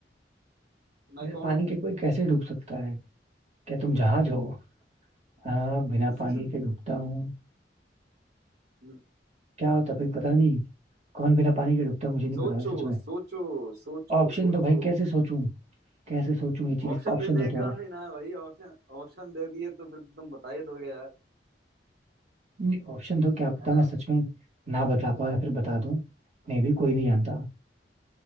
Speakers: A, on the right; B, on the right.
A: मैं
B: बिना
A: कौन
B: पानी
A: हूँ
B: के कोई कैसे डूब सकता है क्या तुम जहाज हो हाँ बिना
A: <laughs>
B: पानी के डूबता हूँ
A: हम्म,
B: क्या होता भाई पता नहीं कौन बिना पानी के डूबता मुझे नहीं
A: सोचो
B: पता भाई सच में
A: सोचो सोचो
B: ऑप्शन
A: सोचो
B: दो भाई कैसे सोचूं कैसे सोचूं ये चीज
A: ऑप्शन
B: ऑप्शन
A: देने
B: दो
A: का
B: थोड़ा
A: काम ही ना है भाई ऑप्शन ऑप्शन दे दिए तो फिर तो तुम बता ही दोगे यार
B: नहीं ऑप्शन दो क्या पता
A: है
B: मैं
A: ना
B: सच में ना बता पाऊं या फिर बता दूं मे भी कोई नहीं जानता